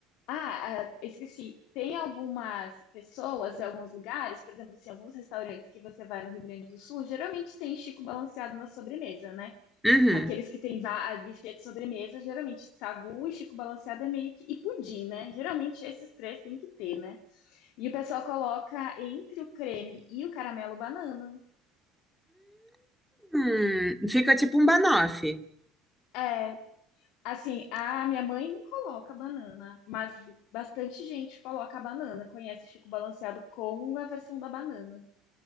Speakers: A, on the left; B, in the centre.
A: Ah, ah, esqueci. Tem algumas pessoas, em alguns lugares, por exemplo, assim, alguns restaurantes que você vai no Rio Grande do Sul, geralmente tem Chico balanceado na sobremesa, né?
B: Uhum.
A: Aqueles que tem va- buffet de sobremesa, geralmente sagu e Chico balanceado é meio que... E pudim, né? Geralmente esses três tem que ter, né? E o pessoal coloca entre o creme e o caramelo banana.
B: Hum, fica tipo um banoffee.
A: É, Assim, a minha mãe não coloca banana, mas bastante gente coloca a banana, conhece Chico Balanceado como a versão da banana.